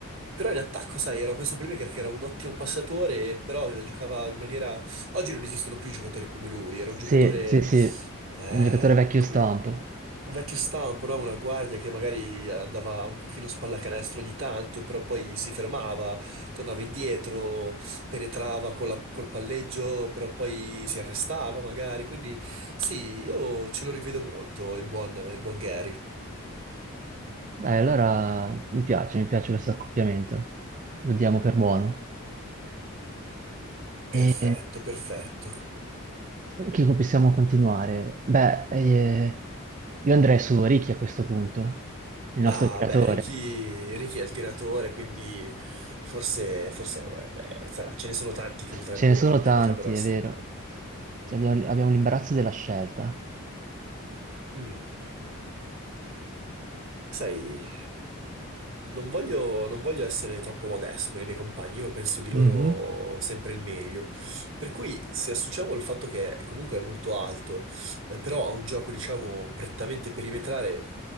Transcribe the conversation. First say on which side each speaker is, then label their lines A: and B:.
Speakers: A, on the right; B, on the right.
A: però in attacco, sai, era questo playmaker che era un ottimo passatore, però aveva- giocava in maniera... Oggi non esistono più giocatori come lui, era
B: Sì,
A: un giocatore...
B: sì, sì,
A: eh,
B: un giocatore vecchio
A: come,
B: stampo.
A: un vecchio stampo, no? Una guardia che magari andava un pochino spallacanestro ogni tanto, però poi si fermava, tornava indietro, penetrava con la- col palleggio, però poi si arrestava magari. Quindi sì, io ce lo rivedo molto, il buon, il buon Gary.
B: Dai, allora mi piace, mi piace questo accoppiamento. Lo diamo per buono.
A: Perfetto,
B: E
A: perfetto.
B: chi co- possiamo continuare? Beh, eh, io andrei su Ricky a questo punto, il nostro
A: Ah,
B: tiratore.
A: beh, Ricky, Ricky è il tiratore, quindi forse, forse, vabbè, sarà- ce ne sono tanti che potrebbe-
B: Ce ne sono tanti,
A: che potrebbero essere.
B: è vero. Cioè, abbiamo abbiamo l'imbarazzo della scelta.
A: Mm, sai. Non voglio, non voglio essere troppo modesto con i miei compagni, io penso di loro
B: Mhm.
A: sempre il meglio. Per cui, se associamo il fatto che comunque è molto alto, eh, però a un gioco, diciamo, prettamente perimetrale,